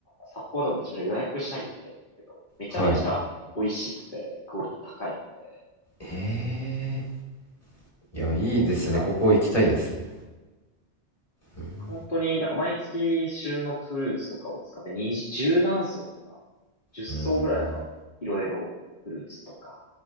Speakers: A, on the left; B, on the left.
A: 札幌でもめちゃめちゃ予約しなきゃいけないんですけど、めちゃめちゃ美味しくて、
B: あ、はい。
A: クオリティ高いので、
B: ええー、いや、いいですね。
A: なんか、
B: ここ行きたいですね。うん、
A: なんか本当になんか毎月旬のフルーツとかを使って二十何層とか、10層ぐらいなんか、
B: うん、
A: いろいろフルーツとか、